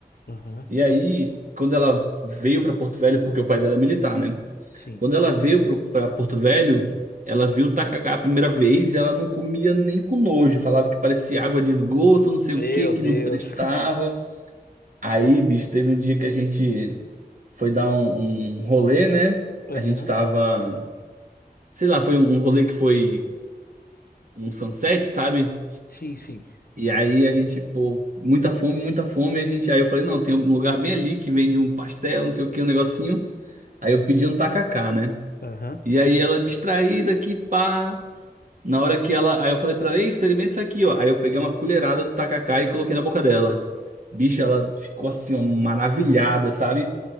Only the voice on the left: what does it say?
Aham,
Sim.
Meu
Deus.
<laughs>
Aham.
Sim, sim.
Aham.
Sim.